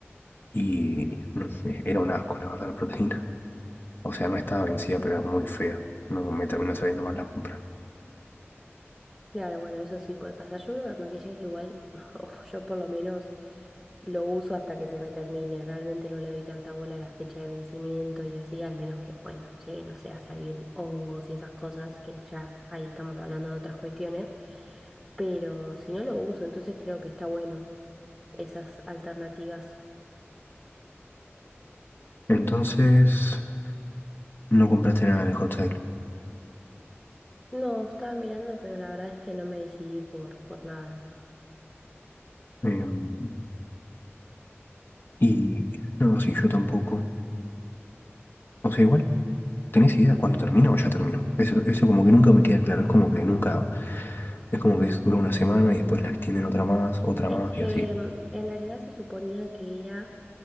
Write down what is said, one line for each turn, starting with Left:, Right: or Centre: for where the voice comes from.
Left: Y no sé, era un asco, la verdad, la proteína. O sea, no estaba vencida, pero era muy fea. No me terminó saliendo mal la compra.
Centre: Claro, bueno, eso sí puede pasar. Yo creo que el maquillaje igual, <laughs> o yo por lo menos lo uso hasta que se me termine. Realmente no le doy tanta bola a la fecha de vencimiento y así, al menos que, bueno, llegue, no sé, a salir hongos y esas cosas, que ya ahí estamos hablando de otras cuestiones. Pero si no lo uso, entonces creo que está bueno esas alternativas.
Left: Entonces, no compraste nada de Hot Sale.
Centre: No, estaba mirando, pero la verdad es que no me decidí por, por nada.
Left: Em, y no, sí, yo tampoco. O sea, igual, ¿tenés idea cuándo termina o ya terminó? Eso, eso como que nunca me queda claro. Es como que nunca, es como que es, dura una semana y después la extienden otra más, otra
Centre: Es
Left: más
Centre: que
Left: y así.
Centre: mm, en realidad se suponía que era